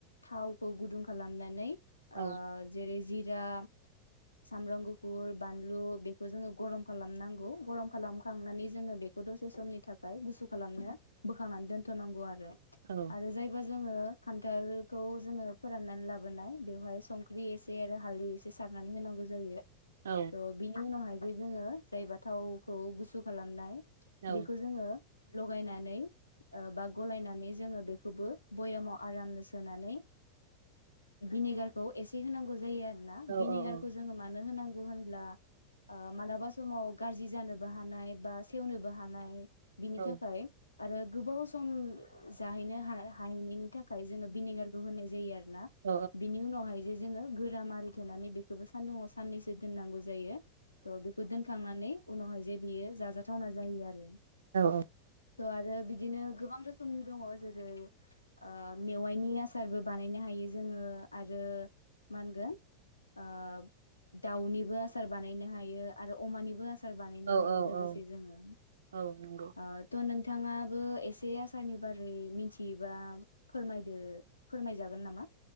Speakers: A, on the left (about 85°); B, on the right (about 65°).
A: थावखौ गुदुं खालामनानै
B: औ
A: ओ जेरै जि गुजा सामब्राम गुफुर बानलु बेखौ जोङो गरम खालामनांगौ गरम खालामखांनानै जोङो बेखौ दसे समनि थाखाय गुसु खालामनो बोखांनानै दोनथ'नांगौ आरो
B: औ
A: आरो जायबा जोङो थालखौ जोङो फोराननानै लाबोनाय बेवहाय संख्रि एसे आरो हालदै एसे सारनानै होनांगौ जायो
B: औ
A: बिनि उनावहाय ज जोङो जाय बाथावखौ गुसु खालामनाय
B: औ
A: बेखौ जोङो लगायनानै बा गलायनानै जोङो बेखौबो बयामाव आरामनो सोनानै भिनेगारखौ एसे होनांगौ जायो ना
B: औ
A: भिनिगारखौ
B: औ औ
A: जोङो मानो होनांगौ होनब्ला ओ मालाबा समाव गाज्रि जानोबो हानाय बा सेवनोबो हानाय बिनि
B: औ
A: थाखाय आरो गोबाव सम जाहैनो हा-हाहैनायनि था जोङो भिनिगारखौ होनाय जायो आरो ना
B: औ
A: बिनि उनावहाय जे जोङो गोरा मारिथेनानै बेखौबो सानदुंआव साननैसो दोननांगौ जायो त' बेखौ दोनखांनानै माने उनावहाय जे बियो जाजाथावना जायो आरो
B: औ औ
A: थ' आरो बिदिनो गोबां रोखोमनि दङ जेरै ओ मेवाइनि आसारबो बानायनो हायो जोङो आरो मा होनगोन ओ दाउनिबो आसार बानायनो हायो आरो अमानिबो आसार बानायनो
B: औ
A: हायो लोगोसे
B: औ
A: जोङो
B: औ नंगौ
A: ओ थ नोंथां थाङाबो एसे आसारनि बारै मिथियोबा फोरमायदो फोरमाय जागोन नामा